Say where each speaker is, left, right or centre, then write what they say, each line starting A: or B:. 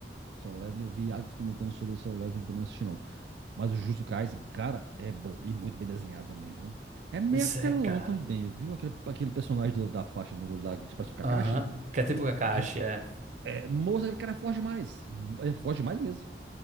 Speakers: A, on the right (about 75°); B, on the right (about 40°).
A: Solo Leveling, eu vi Iago comentando sobre Solo Leveling, também não assisti, não. Mas o Jujutsu Kaisen, cara, é bom e muito bem desenhado também, viu? É meio
B: Pois
A: apelão
B: é, cara.
A: também, viu? Aquele, aquele personagem do- da faixa no olho lá, que parece o Kakashi.
B: Aham, Que é tipo Kakashi,
A: Aquele,
B: é.
A: é, moço, aquele cara é forte demais. É forte demais mesmo.